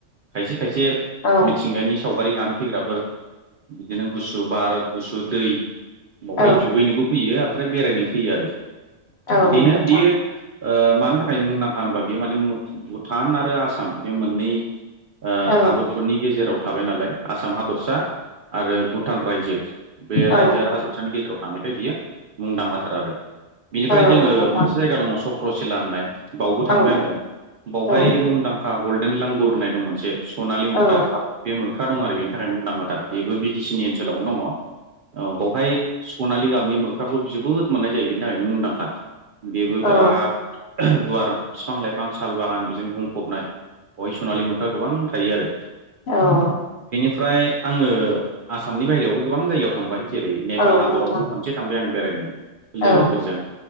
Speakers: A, on the right; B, on the left.
A: खायसे खायसे
B: औ
A: मिथिंगानि सावगारि लानो फैग्राफोर बिदिनो गुसु बार गुसु दै बावहाय
B: औ
A: दुगैनोबो फैयो ओमफ्राय बेरायनो फैयो आरो
B: औ
A: बेनो
B: नोंथां
A: बियो ओ मानि थाखाय मुंदांखा होनबा बेयो माने भुटान आरो आसाम बे मोननै ओ
B: औ
A: हादरफोरनि गेजेराव थाबाय नालाय आसाम हादरसा आरो भुटान रायजो बे रायजो
B: औ
A: आरो हादरसानि गेजेराव थानायखाय बियो मुंदांखाथार आरो बिनिफ्राय
B: औ
A: जोङो
B: नोंथां
A: मोनसे जायगा दङ सक ख्रसिला होननाय बावबो थांबाय
B: औ
A: आङो बावहाय
B: औ
A: मुंदांखा गल्डेन लांगुर होननाय दं मोनसे सनालि मोख्रा
B: औ
A: बे मोख्रा दं आरो बेनि थाखाय मुंदांखाथार बेबो बि टि सि नि ओनसोलावनो दङ ओ बेवहाय सनालि गाब नि मोख्राखौ जोबोद मोननाय जायो बेनि थाखायनो मुंदांखा बेबो
B: औ औ
A: बिराद गुवार बिफां लाइफां साल बागान बिजों बुंफबनाय बेहाय सनालि मोख्रा गोबां थायो आरो
B: औ
A: ओमफ्राय आङो आसामनि बाहेरायावबो गोबां जायगायाव थांबाय जेरै नेपाल
B: औ
A: हादरावबो
B: नोंथां
A: खनसे थांबाय आं बेरायनो नो लोगोफोर
B: औ
A: जों